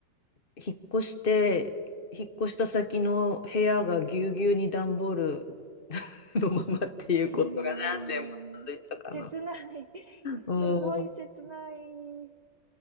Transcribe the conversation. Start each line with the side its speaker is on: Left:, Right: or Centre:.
Left: 引っ越して、引っ越した先の部屋がぎゅうぎゅうに段ボールのままっていうことが何年も続いたかな。
Right: うーん。切ない。<laughs>
Left: うん。
Right: すごい切ない。